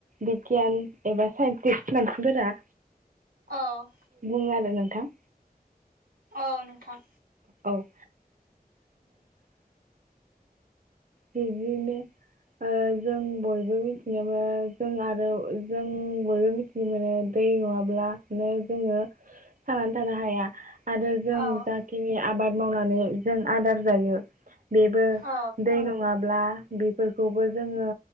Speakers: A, on the right (about 60°); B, on the right (about 75°).
A: बिगियान एबा साइन्टिस्ट मानसिफोरा
B: औ
A: बुङो आरो नोंथां
B: औ नोंथां
A: औ बिदिनो जों बयबो मिथिनो मोनो जों आरो जों बयबो मिथिनो मोनो दै नङाब्लानो जोङो थांनानै थानो हाया आरो जों
B: औ
A: जाखिनि आबाद मावनानै जों आदार जायो बेबो
B: औ
A: दै ङाब्ला बेफोरखौबो जोङो